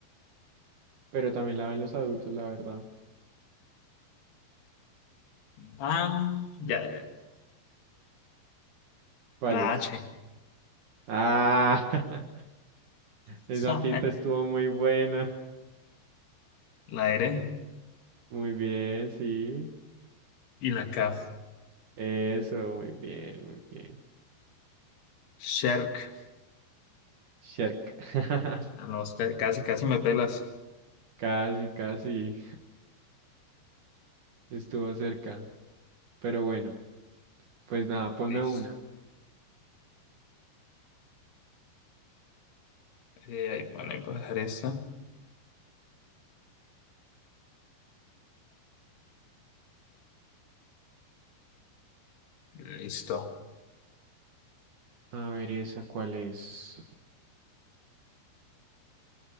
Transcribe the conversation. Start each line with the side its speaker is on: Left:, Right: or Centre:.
Right: pero también la ven los adultos, la verdad.
Left: Ah, ya, ya.
Right: ¿Cuál
Left: La
Right: es?
Left: H.
Right: Ah, <laughs>
Left: <laughs>
Right: esa pista estuvo muy buena.
Left: La R.
Right: Muy bien, sí.
Left: Y la K.
Right: Eso, muy bien, muy bien.
Left: Shark.
Right: Shark. <laughs>
Left: Ah, no, usted- casi, casi me pelas.
Right: Casi, casi. Estuvo cerca. Pero bueno, pues nada, ponme
Left: Listo.
Right: una.
Left: Eh, ahí- bueno, ahí puedo dejar esta. Listo.
Right: A ver, esa cuál es.